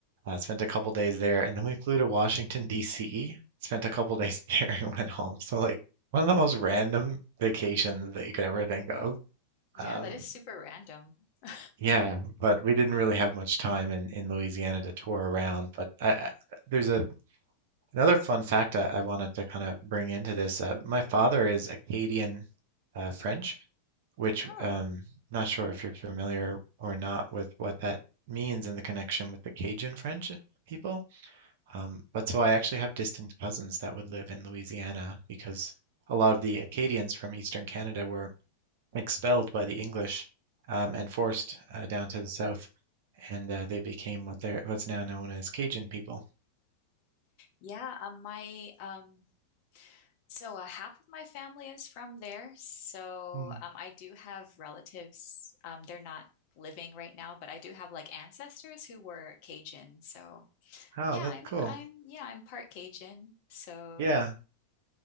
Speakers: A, on the right; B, on the left.
A: Uh, spent a couple days there, and then we flew to Washington, D.C. Spent a couple days there <laughs> and went home. So like one of the most random vacations that you could ever think of.
B: Yeah,
A: Um,
B: that is super random. <laughs>
A: yeah, but we didn't really have much time in, in Louisiana to tour around. But I, I, there's a another fun fact I, I wanted to kind of bring into this. Uh, my father is Acadian uh, French, which
B: Oh,
A: um, not sure if you're familiar or not with what that means in the connection with the Cajun French people. Um, but so I actually have distant cousins that would live in Louisiana because a lot of the Acadians from Eastern Canada were expelled by the English um, and forced uh, down to the south, and uh, they became what they're what's now known as Cajun people.
B: yeah. Um, my um, so uh, half of my family is from there. So
A: Hmm.
B: um, I do have relatives. Um, they're not living right now, but I do have like ancestors who were Cajun. So.
A: Oh,
B: Yeah,
A: that's
B: I'm
A: cool.
B: I'm yeah, I'm part Cajun. So,
A: Yeah,